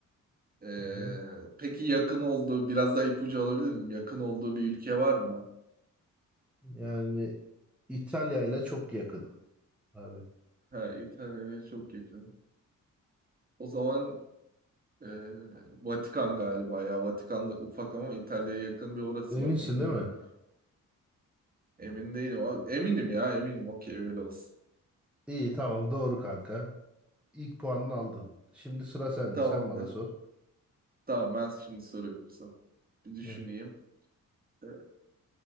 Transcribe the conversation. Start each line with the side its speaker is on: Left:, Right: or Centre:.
Right: Ee,
Centre: Aha.
Right: peki yakın olduğu, biraz daha ipucu alabilir miyim? Yakın olduğu bir ülke var mı?
Centre: Yani İtalya ile çok yakın abi.
Right: Ha, İtalya'ya çok yakın. O zaman Ee, Vatikan galiba ya. Vatikan da ufak ama İtalya'ya yakın bir orası
Centre: Eminsin
Right: var. Onu
Centre: değil
Right: bildim.
Centre: mi?
Right: Emin değilim. ama- Eminim ya eminim. Okey öyle olsun.
Centre: İyi tamam doğru kanka. İlk puanını aldın. Şimdi sıra sende.
Right: Tamamdır.
Centre: Sen bana sor.
Right: Tamam ben şimdi soruyorum sana. Bir düşüneyim.
Centre: Heh.
Right: Ee,